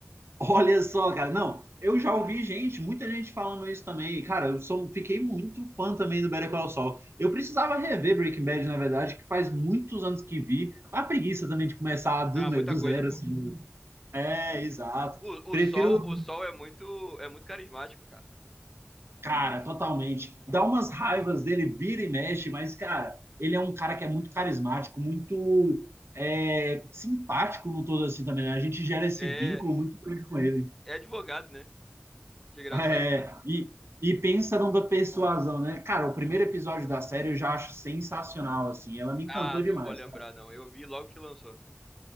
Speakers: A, on the right (about 70°); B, in the centre.
A: Olha só, cara. Não, eu já ouvi gente, muita gente falando isso também. E, Cara, eu sou, fiquei muito fã também do Better Call Saul. Eu precisava rever Breaking Bad, na verdade, que faz muitos anos que vi. A preguiça também de começar do,
B: Ah,
A: né,
B: muita
A: do
B: coisa,
A: zero,
B: pô.
A: assim. É, exato.
B: O,
A: Prefiro
B: o Sol, o Sol é muito, é muito carismático, cara.
A: Cara, totalmente. Dá umas raivas dele, vira e mexe, mas, cara, ele é um cara que é muito carismático, muito é, simpático no todo assim também. né? A gente gera esse
B: É,
A: vínculo muito grande com ele.
B: é advogado, né? Desgraçado.
A: É, e, e pensa numa persuasão, né? Cara, o primeiro episódio da série eu já acho sensacional, assim. Ela me encantou
B: Ah, não
A: demais.
B: vou lembrar não. Eu vi logo que lançou.